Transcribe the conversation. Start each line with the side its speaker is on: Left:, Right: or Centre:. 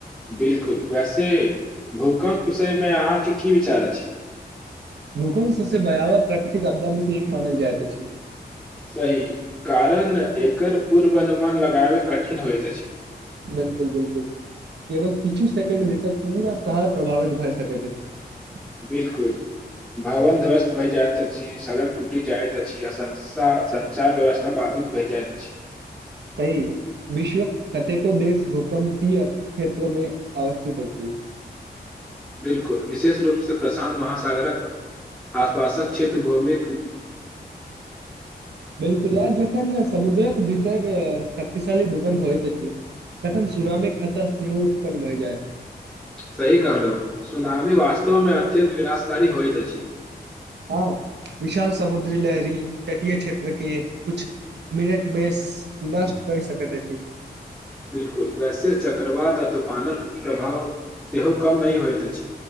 Centre: बिल्कूल वैसे भूकम्प विषय मे अहाँ के की विचार अछि
Right: भूकंप सबसे भयावह प्राकृतिक आपदा मे से एक मानल जाइत अछि
Centre: सही कारण एकर पूर्व अनुमान लगाबै कठिन होयत अछि
Right: बिल्कूल बिल्कूल केवल किछु सेकेंड भीतर पूरा शहर प्रभावित भै सकैत अछि
Centre: बिल्कूल भवन ध्वस्त भए जायत अछि सड़क टूटी जायत अछि आ संसा संचार व्यवस्था बाधित भय जाइत अछि
Right: सही विश्व कतेको देश भूकम्प भूकम्पिय क्षेत्र मे अवस्थित अछि
Centre: बिल्कुल विशेष रूप से प्रशांत महासागरक आसपासक क्षेत्र भूमि
Right: बिल्कूल आ जखन ने समुद्रक भीतर शक्तिशाली भुकंप होइत अछि तखन सुनामी के खतरा सेहो उत्पन्न भए जाइत
Centre: सही कहलहु सुनामी वास्तव मे अत्यन्त विनाशकारी होयत अछि
Right: हो विशाल समुद्री लहरी तटीय क्षेत्र के कुछ मिनट मे नष्ट कर सकैत अछि
Centre: बिल्कुल वैसे चक्रवात आ तूफानक प्रभाव सेहो कम नय होइत अछि